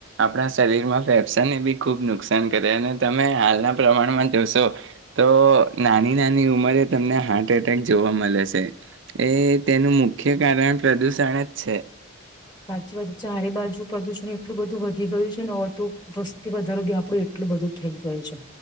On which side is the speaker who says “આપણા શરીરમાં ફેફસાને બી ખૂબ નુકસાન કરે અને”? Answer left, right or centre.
Right